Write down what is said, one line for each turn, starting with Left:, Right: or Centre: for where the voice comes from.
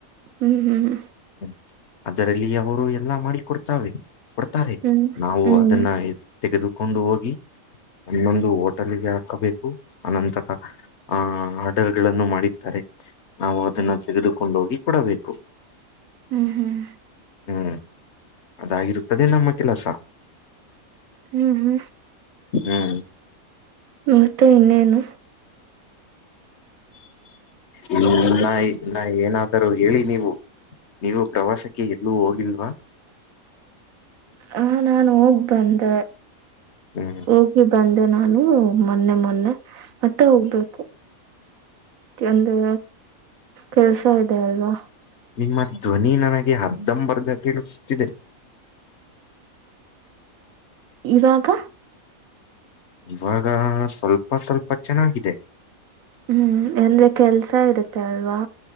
Right: ಹ್ಮ್ ಹ್ಮ್್ಮ
Left: ಹ್ಮ್ ಅದರಲ್ಲಿ ಅವರು ಎಲ್ಲಾ ಮಾಡ ಕೊಡ್ತಾರೆೆ ಕೊಡ್ತಾರೆ
Right: ಹ್ಮ್
Left: ನಾವು
Right: ಹ್ಮ್
Left: ಅದನ್ನ ತೆಗೆದುಕೊಂಡು ಹೋಗಿ ಒಂದೊಂದು ಹೋಟೆಲ್ಗೆ ಹಾಕಬೇಕು ಅನಂತರ ಆಹ ಆಡಗಳನ್ನು ಮಾಡಿದ್ದಾರೆ ನಾವು ಅದನ್ನ ತೆಗೆದುಕ ಕೊಂಡೋಗಿ ಕೂಡಬೇಕು
Right: ಹ್ಮ್ ಹ್ಮ್
Left: ಹ್ಮ್ ಅದಾಗಿರುತ್ತದೆ ನಮ್ಮ ಕೆಲಸ
Right: ಹ್ಮ್ ಹ್ಮ್
Left: ಹ್ಮ್
Right: ಮತ್ತೆ ಇನ್ನೇನು
Left: ಇನ್ನ ನ ಏನಾದರೂ ಹೇಳಿ ನೀವು ನೀವು ಪ್ರವಾಸಕ್ಕೆ ಎಲ್ಲೂ ಹೋಗಿಲ್ವಾ
Right: ಅವನನ್ನು ಹೋಗ್ ಬಂದ
Left: ಹ್ಮ್
Right: ಹೋಗಿ ಬಂದೆ ನಾನು ಮೊನ್ನೆ ಮೊನ್ನೆ ಮತ್ತೆ ಹೋಗ್ಬೇಕು ಎಂದ್ರ ಕೆಲ್ಸ ಇದೆ ಅಲ್ವಾ
Left: ನಿಮ್ಮ ಧ್ವನಿ ನನಗೆ ಅರ್ಧಂಬರ್ಧ ಕೇಳುತ್ತಿದೆ
Right: ಇವಾಗ
Left: ಇವಾಗ ಸ್ವಲ್ಪ ಸ್ವಲ್ಪ ಚೆನ್ನಾಗಿದೆ
Right: ಹ್ಮ್ ಎಂದ್ರೆ ಕೆಲ್ಸ ಇರುತ್ತೆ ಅಲ್ವಾ